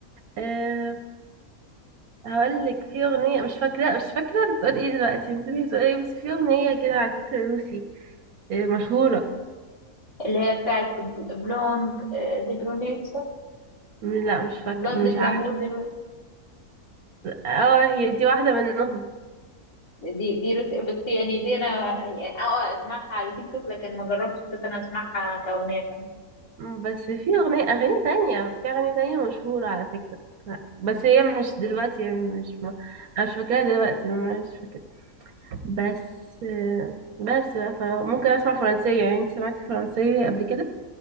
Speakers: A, on the right; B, on the left.
A: أه هقول لك في اغنية مش فاكرة مش فاكرة بتقول ايه دلوقتي نسيت بتقول ايه بس في اغنية كده على فكرة روسي آه، مشهورة
B: اللي هي بتاعت بلوند آه، دي برونيت
A: م- لا مش فاكرة
B: بلوند
A: مش
B: جلامور
A: عارفة
B: دي بل...
A: اه هي دي واحدة منهم
B: دي دي روس بس يعني دي انا اه آه، اسمعها على تيك توك لكن ما جربتش بس انا اسمعها كأغنية كمان
A: بس في أغنية أغاني تانية في أغاني تانية مشهورة على فكرة لا، بس هي مش دلوقتي يعني مش ما أنا مش فاكراها دلوقتي مش فاكرة بس بس بقى، فممكن أسمع فرنسية يعني أنت سمعتي فرنسية قبل كده